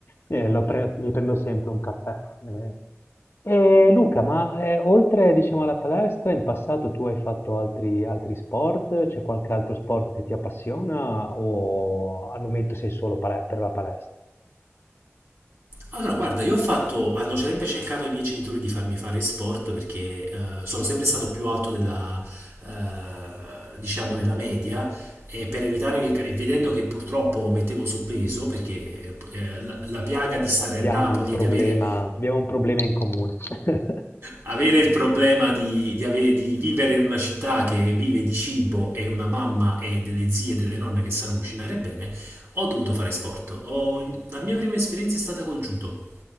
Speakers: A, on the left; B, on the right.
A: eh, lo pre- mi prendo sempre un caffè. eh. E Luca, ma eh, oltre diciamo alla palestra, in passato tu hai fatto altri, altri sport? C'è qualche altro sport che ti appassiona o al momento sei solo pale- per la palestra?
B: Allora, guarda, io ho fatto, hanno sempre cercato i miei genitori di farmi fare sport perché eh, sono sempre stato più alto della, eh, diciamo, della media e per evitare che, e vedendo che purtroppo mettevo su peso, perché eh, la, la piaga di stare
A: Abbiamo
B: a Napoli
A: un problema,
B: e di avere,
A: abbiamo un problema in comune. <laughs>
B: avere il problema di, di ave- di vivere in una città che vive di cibo e una mamma e delle zie e delle nonne che sanno cucinare bene, ho dovuto fare sport. Ho- la mia prima esperienza è stata col judo.